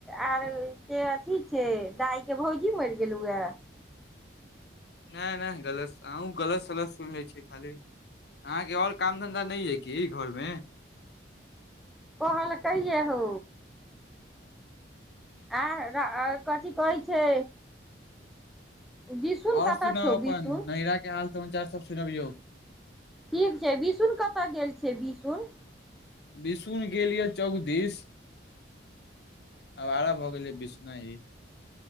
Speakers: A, in the centre; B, on the left.
A: आर के अथी छै दाइके भौजी मरि गेलहुए
B: नहि नहि गलत अहूँ गलत सलत सुनि लै छी खाली अहाँके आओर काम धन्धा नहि यइ किी घरमे
A: कहल काए या हो आ कथी कहई छै बिसुन
B: और
A: कतऽ
B: सुनब
A: छौ
B: अपन
A: बिसुन
B: नैरा के हाल समाचार सब सुनबियौ
A: ठीक छै बिसुन कतय गेल छ बिसुन
B: बिसुन गेल यऽ चौक दिस आब आरभ हो गेलै बिछना ही